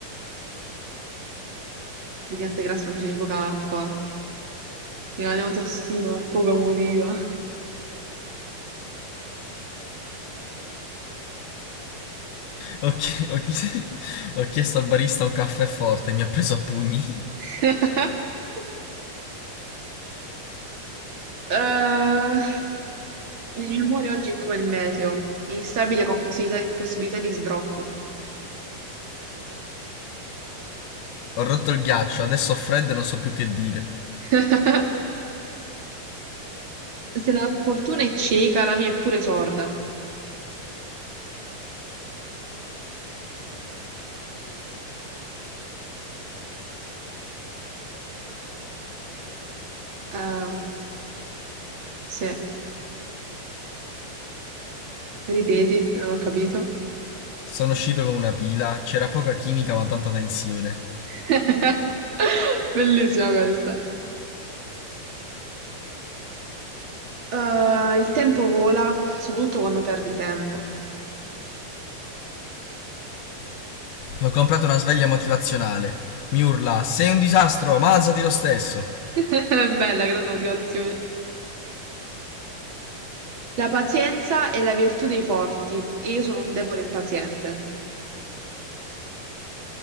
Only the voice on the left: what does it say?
Ho, chi- ho chi- <laughs> ho chiesto al barista un caffè forte e mi ha preso a pugni.
Ho rotto il ghiaccio, adesso ho freddo e non so più che dire.
Sono uscito con una pila, c'era poca chimica ma tanta tensione.
Ho comprato una sveglia motivazionale. Mi urla: Sei un disastro, ma alzati lo stesso.